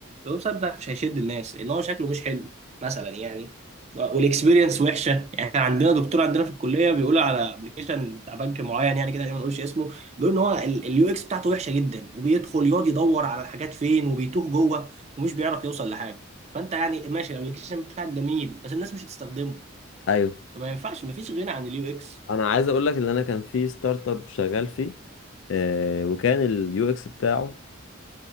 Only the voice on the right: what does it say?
الويب سايت بتاعك مش هيشد الناس لان هو شكله مش حلو مثلا يعني ف- والاكسبيرينس وحشه يعني عندنا دكتور عندنا في الكليه بيقول على ابلكيشن بتاع بنك معين يعني كده ما نقولش اسمه بيقول ان هو اليو اكس بتاعته وحشه جدا وبيدخل يقعد يدور على الحاجات فين وبيتوه جوه ومش بيعرف يوصل لحاجه فانت يعني ماشي الابلكيشن بتاعك جميل بس الناس مش هتستخدمه
فما ينفعش مفيش غنى عن اليو اكس